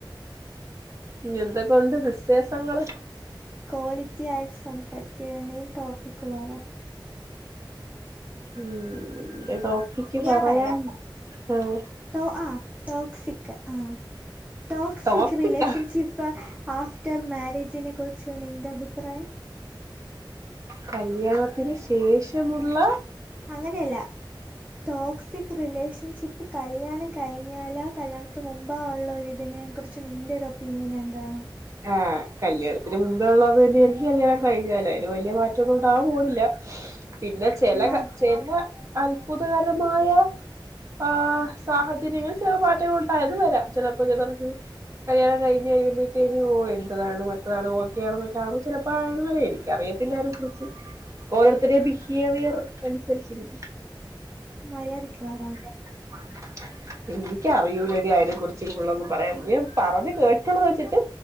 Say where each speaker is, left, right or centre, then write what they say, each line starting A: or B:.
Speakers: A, on the right (about 40°); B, on the right (about 20°).
A: ഞ്ഞെന്തെക്കൊണ്ട് വിശേഷങ്ങള്
B: ക്വാളിറ്റി ആയിട്ട് സംസാരിക്കിയാണേ ടോപ്പിക്ക് പറ
A: ഉം എന്റെ ടോ ക്ക്
B: ഞാൻ
A: പറയാൻ
B: പറയാം
A: ആഹ്
B: ടോ ആഹ് ടോക്സിക്ക് ആഹ് ടോക്സിക്ക്
A: ടോപ്പിക്കാ
B: റിലേഷൻഷിപ്പ് ആഹ് റ്റം മാരേജിനെ കുർച്ച് നിന്റെ അഭിപ്രായം
A: കല്ലിയാണത്തിന് ശേഷമുള്ള
B: അങ്ങനെയല്ല ടോക്സിക് റിലേഷൻഷിപ്പ് കല്യാണം കഴിഞ്ഞാലാ കല്യാണത്തിന് മുമ്പോ ഉള്ള ഒരു തിനെ കുർച്ച് കുറിച് നിൻ്റെരു ഒപ്പീനിയനെഎന്താ
A: ആഹ് ആഹ് കല്യാണത്തിന് മുമ്പേ ള്ളത് തന്നെയിരിക്കും കല്യാണം കഴിഞ്ഞാലും അയിന് വല്ലിയ മാറ്റൊന്നുംണ്ടാവാം പോണില്ല പിന്നെ ചെല
B: മാ
A: ക ചെല അത്ഭുതകരമായ ആഹ് സാഹചര്യങ്ങൾ ചെല മാറ്റങ്ങൾ ഉണ്ടായന്ന് വരാം ചിലപ്പോ ചിലർക്ക് കല്ലിയാണം കയിഞ്ഞ് കയ്യുമ്പേക്കും തെരി ഓൽതതാണ് മറ്റതാണ് ഓക്കെ യാണെന്നൊക്കെ ആകുമ്പോ ചിലപ്പോ ആഹ് ന്ന് പറയാ എനിക്കറിയത്തില്ല യിനെ കുർച്ച് ഓരോര്ത്തെരിം ബിഹേവിയർ അനുസരിച്ചിരിക്കും
B: മര്യാദിക്ക് വാടാ
A: <unintelligible> എനിക്കറിയൂല ടി അയിനെ കുർച്ച് ഫുള്ളന്നും പറയാൻ ന്നേം പറഞ്ഞ് കേട്ടിട്ടുള്ളത് വെച്ചിട്ട്